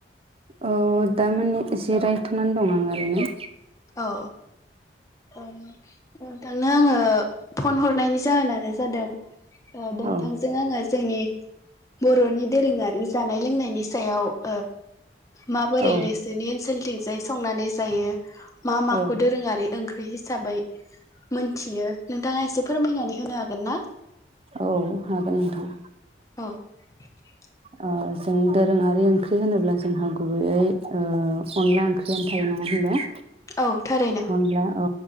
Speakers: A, on the right (about 35°); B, on the left (about 20°).
A: औ दा माने एसे जिरायथ'नानै दं आं ओरैनो।
B: औ। ओ नोंथांनो आङो फन हरनायनि जाहोनानो जादों ओ नोंथांजों
A: औ
B: आङो जोंनि बर'नि दोरोङारि जानाय लोंनायनि सायाव ओ माबोरै
A: औ
B: नोंसोरनि ओनसोलथिंजाय संनानै जायो। मा माखौ
A: औ
B: दोरोङारि ओंख्रि हिसाबै मोनथियो नों थाङा एसे फोरमायनानै होनो हागोन ना?
A: औ हागोन नोंथां।
B: <inaudible>
A: ओ जों दोरोङारि ओंख्रि होनोब्ला जोंहा गुबैयै ओ अनला ओंख्रियानो थायो नङा होनब्ला।
B: औ थारैनो
A: अनला औ